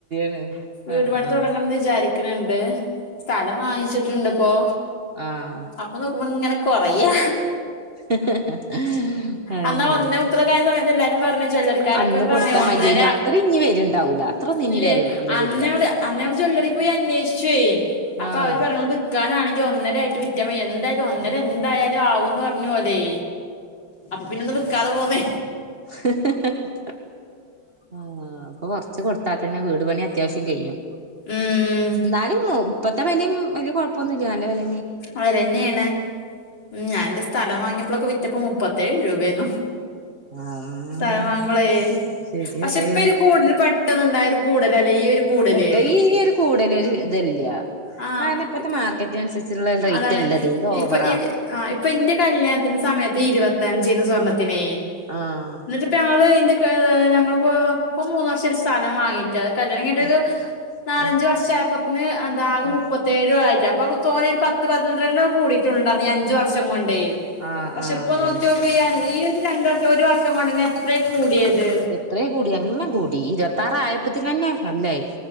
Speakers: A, on the right; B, on the left.
A: ശരിയാണ്
B: വീടു
A: ആഹ്
B: പണി
A: ആഹ്
B: തുടങ്ങണംന്ന് വിചാരിക്കണണ്ട് സ്ഥലം വാങ്ങിച്ചിട്ടുണ്ട് ഇപ്പോ
A: ആഹ്
B: അപ്പൊ നോക്കുമ്പോ ഇങ്ങനെ കൊറയാ
A: ഹ് ഹ് ഹ്
B: അന്നാ
A: ആഹ്
B: <unintelligible> സമയത്ത് എല്ലാരും പറഞ്ഞു ജ്വല്ലറി കുടിക്കാരൊക്കെ
A: അന്ന്
B: ഇങ്ങനെ
A: കൊടുത്താ
B: പറഞ്ഞു ഒന്നര
A: മതിയായിരുന്നു അത്ര ഇനി വരുണ്ടാവൂല അത്രൊന്നും ഇനി
B: ഇല്ലേ
A: വര വരവില്ല
B: അന്ന് ഞങ്ങള് അന്ന് ഞങ്ങൾ ജ്വല്ലറി പോയി അന്വേഷിച്ചു അപ്പൊ
A: ആഹ്
B: അവര് പറഞ്ഞത് വിക്കാനാണെങ്കിൽ ഒന്നര ആയിട്ട് വിറ്റാമതി എന്തായാലും ഒന്നര എന്തായാലും ആവുംന്ന് പറഞ്ഞു ഓല് അപ്പൊ പിന്നെന്ന് വിക്കാതെ പോന്ന്
A: ഹ് ഹ് ഹ് ആഹ് ഇപ്പൊ കൊറച്ച് കൊടുത്താ തന്നെ വീട് പണി അത്യാവശ്യം കയിയും
B: ഉം
A: ഇന്നാലും ഇപ്പത്തെ വെലയും വലിയ കുഴപ്പൊന്നുമില്ല നല്ലവെല
B: വിലന്നെയാണ് ഉം ഞാന്റെ സ്ഥലം വാങ്ങിയപ്പോഴൊക്കെ വിറ്റപ്പോ മുപ്പത്തേഴ് രൂപയന്നും
A: ആഹ്
B: സ്ഥലമാങ്ങ്പളേ
A: ശരിയല്ലേ
B: പക്ഷെ ഇപ്പ കൂടുതൽ പ പെട്ടന്ന് ഉണ്ടായ ഒരു കൂടലാല്ലെ ഈ ഒരു കൂടല്
A: പെട്ടെ ഈ ഒരു കൂടുല് ഇതില്ല
B: ആഹ്
A: അതെന്നെ ഇപ്പത്തെ
B: ഇപ്പ
A: മാർ റ്റ് അനുസരിച്ചുള്ള റേറ്റ്
B: അതാണ്
A: അല്ലത് ഇത് ഓവറാ
B: ഇപ്പൊ ഈ ആഹ് ഇപ്പൊ ഇന്റെ കല്യാണത്തിന്റെ സമയത്ത് ഇരുപത്തിയഞ്ച് യെന്നു സ്വർണത്തിനേ
A: ആഹ്
B: എന്നിട്ട്പ്പോ ഞങ്ങള് ഇന്റെക്കാ ഞങ്ങളിപ്പോ ഇപ്പ മൂന്ന് വർഷം ഒരു സ്ഥലം വാങ്ങീട്ട് അത് കല്യാണം കഴിഞ്ഞിട്ട്
A: ആഹ്
B: ഒരു നാലഞ്ച്
A: ആഹ്
B: വർഷ ആയപ്പതിന് എന്താ ആകെ
A: ആഹ്
B: മുപ്പത്തി പത്തേഴോ ആയിട്ട് അപ്പൊ തോന്നിയ ഒരു പത്ത് പന്ത്രണ്ടോ കൂടിയിട്ടുണ്ടായി അഞ്ചു വർഷം കൊണ്ടേ
A: ആഹ്
B: പക്ഷെ
A: ആഹ്
B: ഇപ്പൊ
A: അതന്നെ
B: നോക്കിയോക്ക് ഈ ഈ ഒരു രണ്ട് വർഷം ഒരു വർഷം കൊണ്ട്ന്നെ എത്രേ കൂടിയത്
A: എത്രെ കൂടി എല്ലാം കൂടി ഇരുപത്താറആയപ്പത്തി തന്നെ എല്ലായി